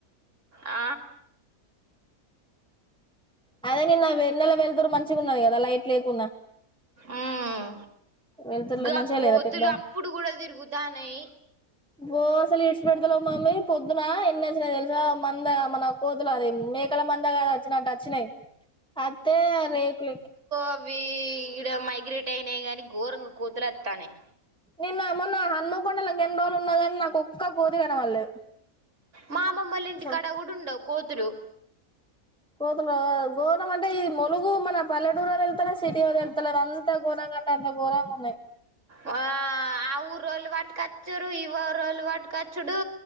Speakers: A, on the right; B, in the centre.
A: ఆ
B: అదే నిన్న వెన్నెల వెలుతురు మంచిగా ఉన్నది కదా లైట్ లేకున్నా
A: మ్మ్
B: వెళ్తురులో
A: గా
B: మంచిగా
A: కోతులు
B: లేదా పెద్ద
A: అప్పుడు కూడా తిరుగుతాన్నాయి
B: పో అసలు ఇడ్చిపెడతలేవ్ మమ్మీ పొద్దున కిన తెలుసా మంద మన కోతు అదేం మేకల మందా గద అచ్చినటు అచ్చినయి. అంతే రేకులెక్
A: అవీ ఈడ మైగ్రేట్ అయినయి గాని ఘోరంగ కోతులు వత్తానయి.
B: నిన్న మొన్న హనుమకొండల ఎన్ రోజులు ఉన్నా గానీ నాకు ఒక్క కోతి కనపడలేదు
A: మా అమ్మమోళ్ళ ఇంటికాడ
B: అసలు
A: కూడ్ ఉండవ్ కూతురు
B: కోతులు గద ఘోరం అంటే ఈ మో నువ్వూ మన పల్లటూరో తెల్దలేద్ స్ సిటో తెల్దలేద్ అంత గోరంగా అంటే అంత గోరంగ ఉం నయ్
A: ఆ ఆ ఊరోళ్ళు పటుకచ్చురు ఈ ఊరోళ్ళు పట్టుకచ్చుడు